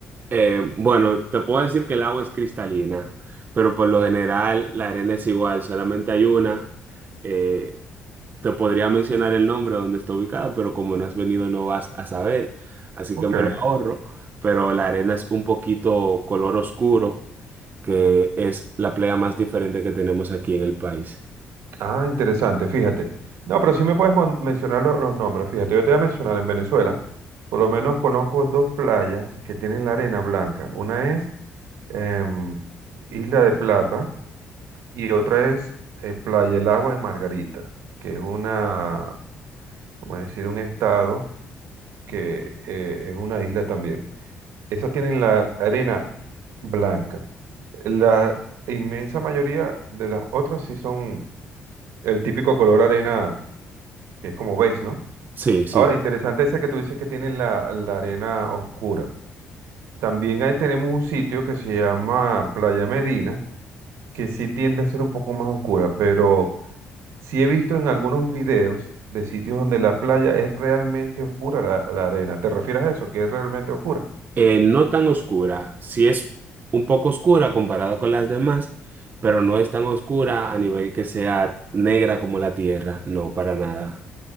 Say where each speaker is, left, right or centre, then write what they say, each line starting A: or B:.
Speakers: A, on the right; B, on the right.
A: Eh, bueno, te puedo decir que el agua es cristalina, pero por lo general la arena es igual, solamente hay una. Eh, te podría mencionar el nombre donde está ubicado, pero como no has venido no vas a saber, así
B: Ok.
A: que me lo ahorro. Pero la arena es un poquito color oscuro, que es la playa más diferente que tenemos aquí en el país.
B: Ah, interesante, fíjate. No, pero sí me puedes mon- mencionar lo- los nombres. Fíjate, yo te voy a mencionar en Venezuela, por lo menos conozco dos playas que tienen la arena blanca. Una es em, Isla de Plata y otra es eh, Playa El Agua de Margarita, que es una como decir, un estado que eh, es una isla también. Esas tienen la arena blanca. La inmensa mayoría de las otras sí son el típico color arena, que es como beige, ¿no?
A: Sí, sí.
B: Ahora, interesante esa que tú dices que tienen la, la arena oscura. También ahí tenemos un sitio que se llama Playa Medina, que sí tiende a ser un poco más oscura, pero Sí he visto en algunos videos de sitios donde la playa es realmente oscura, la, la arena. ¿Te refieres a eso? ¿Que es realmente oscura?
A: eh, no tan oscura, sí es un poco oscura comparada con las demás, pero no es tan oscura a nivel que sea negra como la tierra, no, para nada.